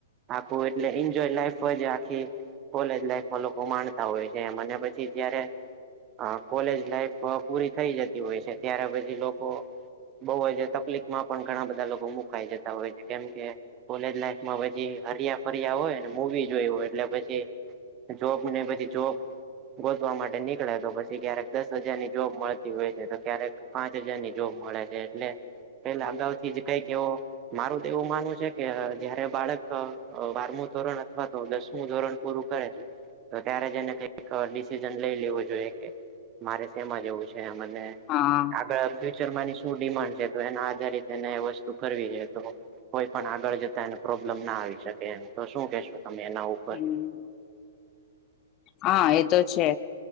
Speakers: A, on the right (about 30°); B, on the left (about 30°).
A: આખું એટલે એન્જોય લાઈફ જ આખી કોલેજ લાઈફમાં લોકો માણતા હોય છે એમ પછી જયારે કોલેજ લાઈફ પૂરી થઈ જતી હોય છે ત્યારે પછી લોકો બહું જ તકલીક માં પણ ઘણા બધા લોકો મુકાઈ જતા હોય છે કેમ કે કોલેજ લાઈફમાં પછી હરિયા ફરિયા હોય મુવી જોઈ હોય એટલે પછી જોબ ને પછી જોબ ગોતવા માટે નહી નીકળે તો પછી ક્યારેક દસ હજારની જોબ મળતી હોય છે તો ક્યારેક પાંચ હજારની જોબ મળે છે એટલે પેલા અગાઉથી જ કઈક એવો મારું તો એવું માનવું છે કે જયારે બાળક બારમું ધોરણ અથવા તો દસમું ધોરણ પૂરું કરે છે તો ત્યારે જ એને કઈક ડિસિજન લઈ લેવું જોઈએ કે મારે શેમાં જવું છે મને
B: હા.
A: ફ્યુચરમાં ની શું ડિમાન્ડ છે તો એના આધારિતને એ વસ્તુ કરવી જો તો કોઈ પણ આગળ જતા એને પ્રોબ્લેમ ના આવી શકે એમ તો શું કેહેશો તમે એના ઉપર?
B: હમ. હા એતો છે